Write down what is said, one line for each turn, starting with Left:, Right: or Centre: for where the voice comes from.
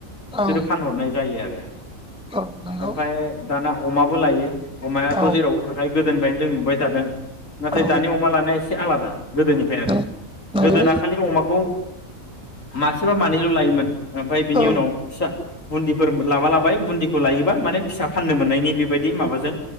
Left: बिसोरो
Centre: औ
Left: फानहरनाय जायो आरो। ओमफाय
Centre: औ नंगौ
Left: दाना अमाबो लायो। अमायाथ'
Centre: औ
Left: जेरावबो थाखायो गोदोनिफ्रायनो जों नुबाय थादों नाथाय
Centre: औ
Left: दानि अमा लानाया एसे आलादा गोदोनिफ्राय आरो
Centre: नों नंगौ
Left: गोदोना खालि अमाखौ। मासेबा मानैल' लायोमोन। ओमफ्राय बिनि
Centre: औ
Left: उनाव फिसा बुन्दि फोर लाबा लाबाय बुन्दिखौ लायोबा माने फिसा फाननो मोननायनि बेबायदि माबाजों